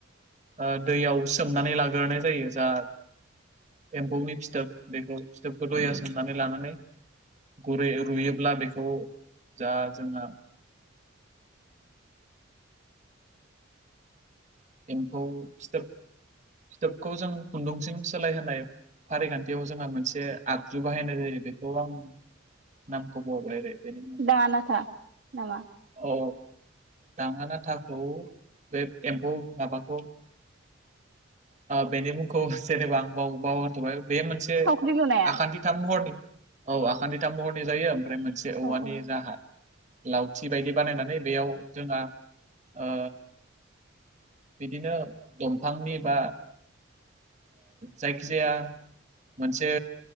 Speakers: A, on the right; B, on the right.
A: आ दैयाव सोमनानै लाग्रोनाय जायो जा एमफौनि फिथोब बेखौ फिथोबखौ दैयाव सोमनानै लानानै गुरै रुयोब्ला बेखौ जा जोंहा एम्फौ फिथोब फिथोबखौ जों खुन्दुंसिम सोलायहोनाय फारिखान्थियाव जोंहा मोनसे आगजु बाहायनाय जायो बेखौ आं नामखौ बावबाय ओरै बेनि मुङा
B: दाङा नाथा नामा
A: औ दाङा नाथाखौ बे एम्फौ माबाखौ बेनि मुंखौ जेनेबा आं बाव बावथ'बाय बे मोनसे बे
B: थावख्रि लुनाया
A: आखान्थि थाम महरनि औ आखान्थिथाम महरनि जायो ओमफ्राय मोनसे औवानि
B: औ औ
A: जाहा लावथि बायदि बानायनानै बेयाव जोंहा ओ बिदिनो दंफांनि बा जायखिजाया मोनसे